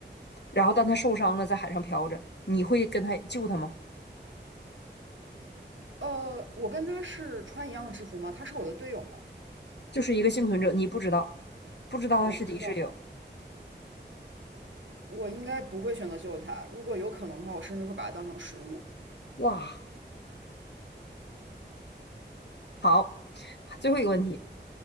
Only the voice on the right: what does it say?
呃，我跟他是穿一样的制服吗？他是我的队友吗？
我不知道。我应该不会选择救它，如果有可能的话，我甚至会把它当成食物。